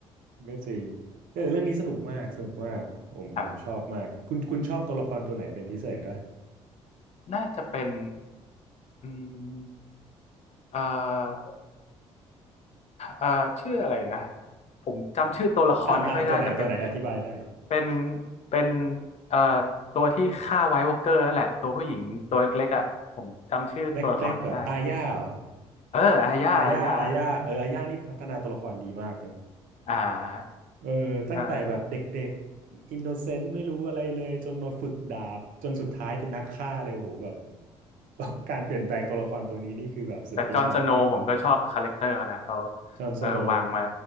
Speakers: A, on the right; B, on the left.
A: ก็จริงเออเรื่องนี้สนุกมากสนุกมากผมผมชอบมากคุณคุณชอบตัวละครตัวไหนเป็นพิเศษปะ
B: ครับน่าจะเป็นอืมเอ่อ อ่าชื่ออะไรนะผมจำชื่อตัวละครไม่ค่อยได้แต่เป็น
A: อ่าอ่าตัวไหนตัวไหนอธิบายได้
B: เป็นเป็นเอ่อตัวที่ฆ่าไวท์วอล์กเกอร์นั่นแหละตัวผู้หญิงตัวเล็กๆอ่ะผมจำชื่อตัวละครไม่ได้แฮะ
A: เล็กเล็กเหรออาญาเหรอ
B: เอออาย่าอาย่า
A: อาญาอาญาเอออาญานี่พัฒนาตัวละครดีมากเนอะ
B: อ่า
A: เออตั้งแต่แบบเด็กๆอินโนเซนต์ไม่รู้อะไรเลยจนมาฝึกดาบจนสุดท้ายเป็นนักฆ่าเลยโอ้โหแบบ
B: เออ
A: <laughs> การเปลี่ยนแปลงตัวละครตัวนี้นี่คือแบบสุดยอด
B: แต่จอห์นสโนว์ผมก็ชอบคาแรคเตอร์เขานะเขา
A: จอห์นสโนว์
B: เออวางมา